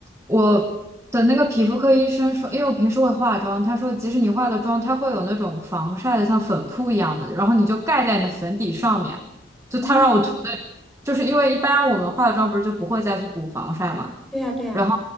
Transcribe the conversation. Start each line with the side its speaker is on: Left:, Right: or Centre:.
Right: 我的那个皮肤科医生说，因为我平时会化妆，他说即使你化了妆，它会有那种防晒的，像粉扑一样的，然后你就盖在你的粉底上面。就他让我涂的，
Centre: 嗯，
Right: 就是因为一般我们化了妆不是就不会再去补防晒嘛，
Centre: 对呀，对呀。
Right: 然后